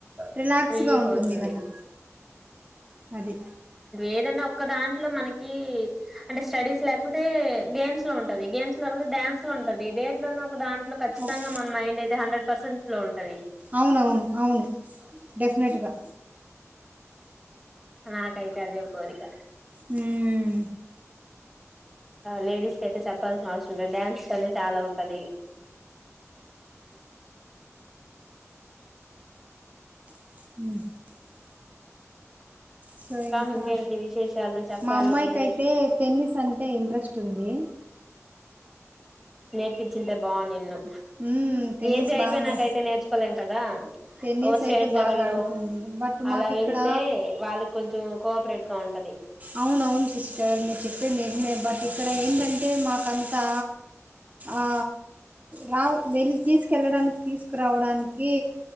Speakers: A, on the right (about 30°); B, in the centre.
A: రిలాక్స్గా
B: రిలీఫ్
A: ఉంటుంది
B: అవుతుంది
A: కదా అది
B: ఏదన్నా ఒక్క దాంట్లో మనకి అంటే స్టడీస్ లేకపోతే గేమ్స్ లో ఉంటది గేమ్స్ లేకపోతే డ్యాన్స్ లో ఉంటది దేంట్లోను దాంట్లో ఖచ్చితంగా
A: ఓ-
B: అయి హండ్రెడ్ పర్సెంట్ లో ఉంటంది
A: అవునవును అవును డెఫినెట్గా
B: నాకైతే అదే కోరిక
A: హ్మ్
B: లేడీస్ క అయితే చెప్పల్సినవసరం డ్యాన్స్ అనే చాలా ఉంటది
A: అ సో ఇంకా
B: ఇంకేంటి విశేషాలు చెప్పాలి
A: మా అమ్మాయికియితే
B: మీరే
A: టెన్నిస్ అంటే ఇంట్రెస్ట్ ఉంటుంది
B: నేర్పించింటీ బావునిన్ను
A: హ్మ్ టెన్నిస్
B: ఏజ్ అయిపోనాకైతే
A: బాగా
B: నేర్చుకోలేం కదా
A: టెన్నిస్
B: ఓ స్టేట్
A: అయితే
B: లెవెల్లో
A: బాగా ఆడుతుంది బట్
B: అలా
A: మాకు ఇక్కడ
B: వెళ్తే వాళ్ళకి కొంచెం కో ప్లేగ్రౌండ్
A: అవున అవును సిస్టర్ మీరు చెప్పేది నిజమే బట్ ఇక్కడ ఏంటంటి అంటే మాకంతా ఆ రా వెళ్ళి తీసుకెళ్ళడానికి తీసుకురావడానికి